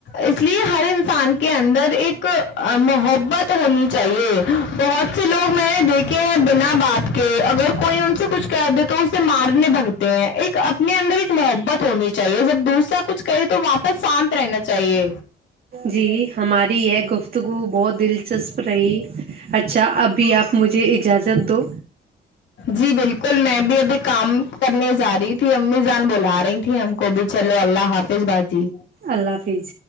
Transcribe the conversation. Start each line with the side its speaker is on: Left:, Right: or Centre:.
Left: اس لیے ہر انسان کے اندر ایک محبت ہونی چاہیے بہت سے لوگ میں نے دیکھے ہیں بنا بات کے اگر کوئی ان سے کچھ کہ تو اسے مارنے بگتے ہیں ایک اپنے اندر ایک محبت ہونی چاہیے جب دوسرا کچھ کہے تو واپس پر ساتھ رہنا چاہیے
Right: جی ہماری یہ گفتگو بہت دلچسپ رہی اچھا ابھی آپ مجھے اجازت دو
Left: جی بالکل میں بھی ابھی کام کرنے جا رہی تھی امی جان بلا رہی تھی ہم کوبھی چلو اللہ حافظ باجی
Right: اللہ حافظ